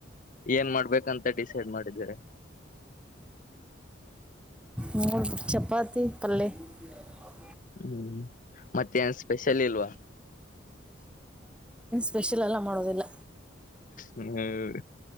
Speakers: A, on the left (about 45°); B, in the centre.
A: ಏನ್ ಮಾಡ್ಬೇಕಂತ ಡಿಸೈಡ್ ಮಾಡಿದಿದ್ದಾರೆ
B: ಮೂ್ಮ ಚಪಾತಿ ಪಲ್ಲೆ <unintelligible>
A: ಹ್ಮ್ ಮತ್ತೆ ಏನ್ ಸ್ಪೆಷಲ್ ಇಲ್ವಾ
B: ಸ್ಪೆಷಲೆ ಎಲ್ಲ ಮಾಡೋದಿಲ್ಲ
A: ಹ್ಮ್